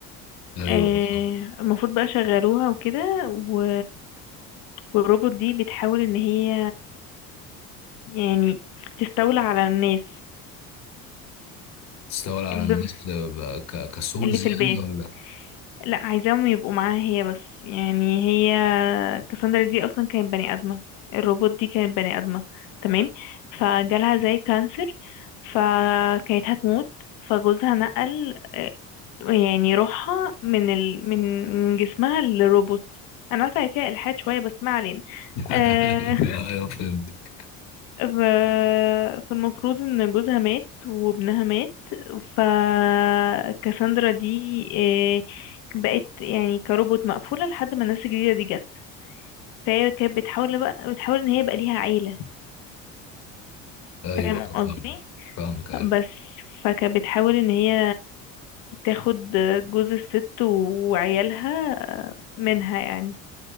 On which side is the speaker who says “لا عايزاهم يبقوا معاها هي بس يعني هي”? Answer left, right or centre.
Left